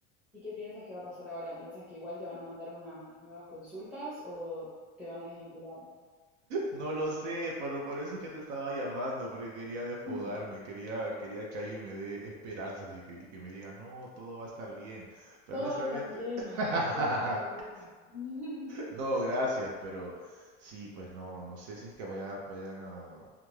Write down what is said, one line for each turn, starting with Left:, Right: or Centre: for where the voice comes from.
Centre: ¿y qué piensas que va a pasar ahora? ¿Piensas que igual te van a mandar unas nuevas consultas o te van a desvincular?
Right: No lo sé, pero por eso es que te estaba llamando, porque quería desfogarme,
Centre: <laughs>
Right: quería, quería que alguien me dé esperanzas y que, y que me diga, no, todo va a estar bien. Pero
Centre: Todo
Right: honestamente,
Centre: va a estar bien,
Right: <laughs>
Centre: todo va a estar bien. <laughs>
Right: no, gracias, pero sí, pues no, no sé si es que vayan, vayan a,